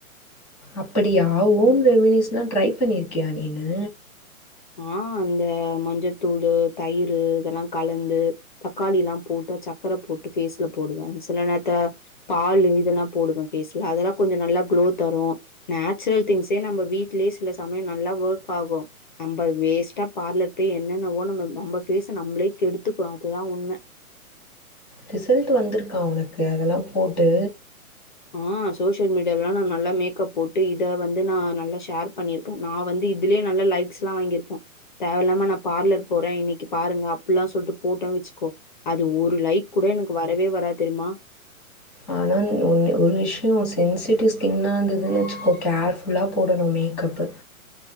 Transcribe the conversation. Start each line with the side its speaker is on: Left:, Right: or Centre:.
Centre: அப்டியா ஓம் ரெமடிஸ்ல்லா ட்ரை பண்ணிருக்கியா நீனு
Left: ஆஹ் அந்த மஞ்சத்தூளு தயிரு இதெல்லா கலந்து தக்காளிலா போட்டு சக்கர போட்டு ஃபேஸ்ல போடுவே சில நேரத்துல பாலு இதெல்லா போடுவே ஃபேஸ்ல அதெல்லா கொஞ்ச நல்லா குளோ தரு நேச்சுரல் திங்ஸே நம்ம வீட்லயே சில சமய நல்லா வொர்க் ஆகு நம்ம வேஸ்ட்டா பார்லர் போய் என்னென்னவோ நம்ம நம்ம பேஸ நம்ளே கெடுத்துக்கிறோ அதுதா உண்ம
Centre: ரிசல்ட் வந்திருக்கா உனக்கு அதெல்லா போட்டு
Left: ஆஹ் சோசியல் மீடியாலலா நா நல்லா மேக்கப் போட்டு இத வந்து நா நல்லா ஷேர் பண்ணிருக்கே நா வந்து இதுலயே நல்ல லைக்ஸ்லா வாங்கியிருப்போ தேவயில்லாம நா பார்லர் போறே இன்னிக்கு பாருங்க அப்ல்லா சொல்ட்டு போட்டோ வச்சுக்கோ அது ஒரு லைக் கூட எனக்கு வரவே வராது தெரியுமா
Centre: ஆனா ஒன் ஒரு விஷய சென்சிட்டிவ் ஸ்கின்னா இருந்ததுன்னு வச்சுக்கோ கேர்ஃபுல்லா போடணு மேக்கப்பு